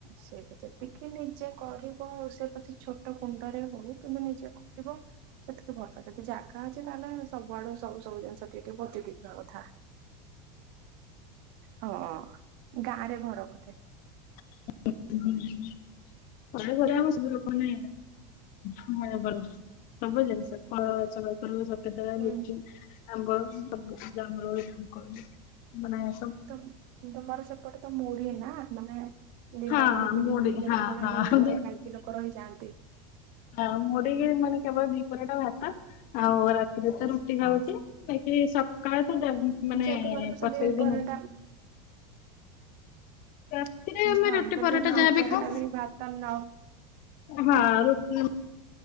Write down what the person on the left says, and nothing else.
<unintelligible> ସବୁ ଲୋକ ମାନେ ସବୁ ଲୋକ ନା ହଁ ଭଲ ସବୁ ଜିନିଷ କଳ <unintelligible>
ଲୁଚି ଆମ୍ବ ସବୁ ଜମର <unintelligible>
ହଁ
ହଁ ହଁ
ହ ମୁଡିକି ମାନେ କେବଳ ଦିପହର ଟା ଭାତ ଆଉ ରାତିରେ ତ ରୁଟି ଖାଉଚି। କେ ସକାଳେ ତ <unintelligible>
ପ୍ରତ୍ୟେକ
ଦିନ
ରାତିରେ ଆମେ
ରୁଟି
ପରଟା
ଯାହାବି
ଖାଉ
ହଁ ର ରୁଟି